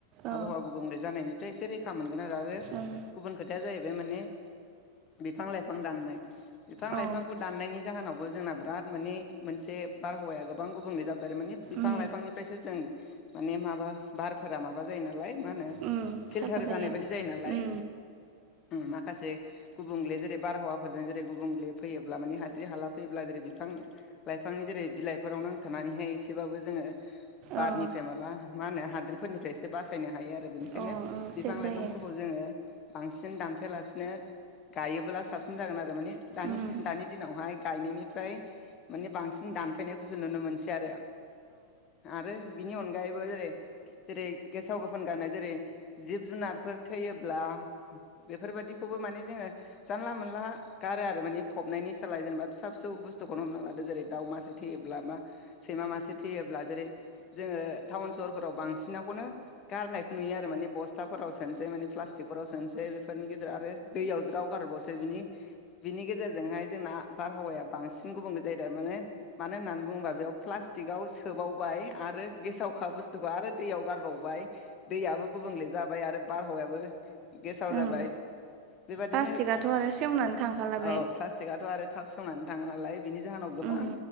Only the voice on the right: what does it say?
औ
उम
औ
उम
उम
साफा
उम
औ
अ ओं
सेभ
जायो
उम
ओं
प्लास्टिकआथ' आरो सेवनानै थांखाला बे
उम